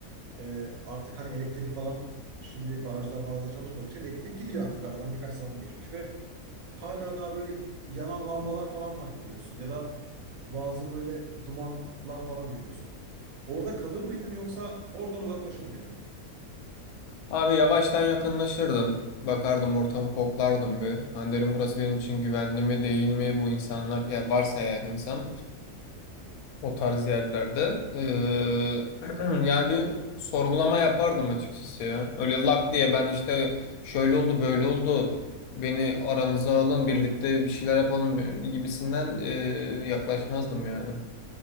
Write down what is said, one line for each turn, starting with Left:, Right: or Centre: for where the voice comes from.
Right: e, artık hani elektrik falan şimdi barajlar marajlar çalışmadığı için elektrik gidiyor artık. Aradan birkaç zaman geçmiş ve hala daha böyle yanan lambalar falan fark ediyorsun. Ya da bazı böyle dumanlar falan görüyorsun. Orada kalır mıydın yoksa oradan uzaklaşır mıydın?
Left: Abi yavaştan yakınlaşırdım. Bakardım ortamı koklardım bir. Hani derim burası benim için güvenli mi değil mi bu insanlar ya varsa eğer insan. o tarz yerlerde. Ee, <clears throat> yani bir sorgulama yapardım açıkçası ya. Öyle lak diye ben işte şöyle oldu böyle oldu. Beni aranıza alın birlikte bir şeyler yapalım gibisinden ee, yaklaşmazdım yani.